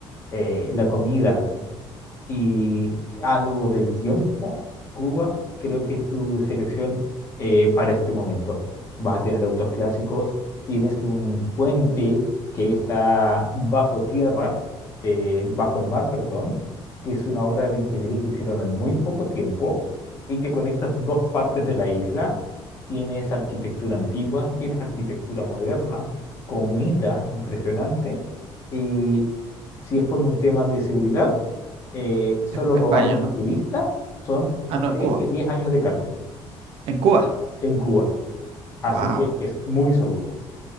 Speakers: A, on the left; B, on the right.
A: eh, la comida, y algo del tiempo, Cuba, creo que es tu selección eh, para este momento. Vas a tener autos clásicos, tienes un puente que está bajo tierra, eh, bajo el mar, perdón, que es una obra de ingeniería que hicieron en muy poco tiempo y que conectas dos partes de la isla. Tienes arquitectura antigua, tienes arquitectura moderna, comida impresionante y si es por un tema de seguridad, eh, solo
B: España,
A: robarle a un
B: ¿no?
A: turista son,
B: Ah, no,
A: creo
B: en Cuba.
A: que 10 años de cárcel
B: En Cuba.
A: en Cuba. Así
B: Wow.
A: que es muy seguro.